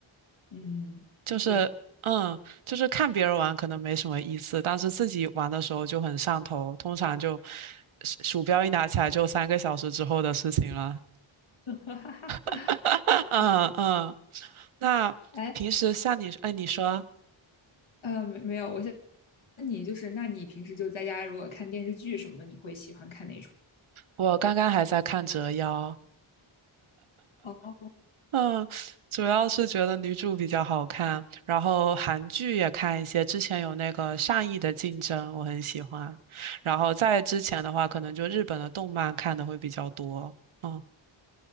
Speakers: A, on the left; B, on the right.
A: 嗯，
B: 就是嗯，
A: 是，
B: 就是看别人玩可能没什么意思，但是自己玩的时候就很上头，通常就鼠鼠标一拿起来就三个小时之后的事情了。
A: <laughs>
B: <laughs> 嗯嗯，那平时像你，
A: 哎，
B: 哎，你说
A: 呃，没没有，我想问你，就是那你平时就在家，如果看电视剧什么，你会喜欢看哪种？
B: 我刚刚还在看《折腰》，
A: 哦
B: 嗯，主要是觉得女主比较好看，然后韩剧也看一些，之前有那个《善意的竞争》，我很喜欢，然后在之前的话，可能就日本的动漫看的会比较多。嗯